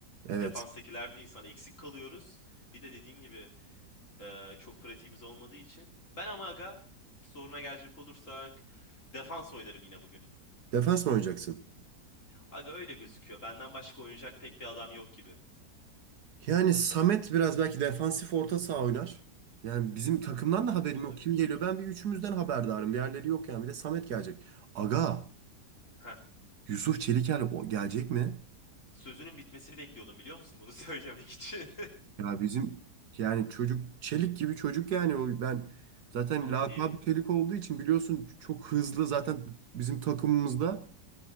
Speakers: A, on the right; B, on the left.
A: evet.
B: Defanstakiler de insan eksik kalıyoruz. Bir de dediğim gibi e, çok pratiğimiz olmadığı için. Ben ama aga soruna gelecek olursak defans oynarım yine bugün.
A: Defans mı oynayacaksın?
B: Aga öyle gözüküyor. Benden başka oynayacak pek bir adam yok gibi.
A: Yani Samet biraz belki defansif orta saha oynar. Yani bizim takımdan da haberim
B: Olabilir.
A: yok. Kim geliyor? Ben bir üçümüzden haberdarım. Diğerleri yok yani. Bir de Samet gelecek. Aga,
B: Heh.
A: Yusuf Çeliker o gelecek mi?
B: Sözünün bitmesini bekliyordum biliyor musun bunu <laughs> söylemek için?
A: Ya bizim yani çocuk çelik gibi çocuk yani o ben zaten
B: <laughs>
A: lakabı
B: Abi
A: çelik olduğu için biliyorsun çok hızlı zaten bizim takımımızda